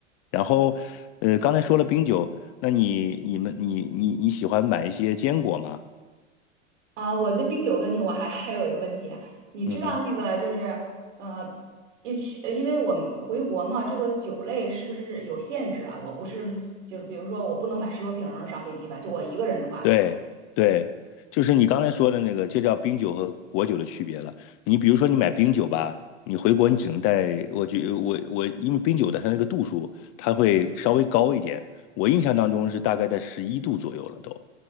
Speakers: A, on the left (about 40°); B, on the right (about 75°).
A: 然后呃刚才说了冰酒，那你你们你你你喜欢买一些坚果吗？
B: 啊，我的冰酒的问题，我还还有一个问题啊，你知道那个就是呃，
A: 嗯哼。
B: 也许呃因为我们回国嘛，这个酒类是不是有限制啊？我不是就是比如说我不能买十多瓶儿上飞机吧？就我一个人的话，
A: 对对，就是你刚才说的那个，就叫冰酒和果酒的区别了。你比如说，你买冰酒吧，你回国你只能带，我觉我我，因为冰酒的它那个度数，它会稍微高一点。我印象当中是大概在十一度左右了都，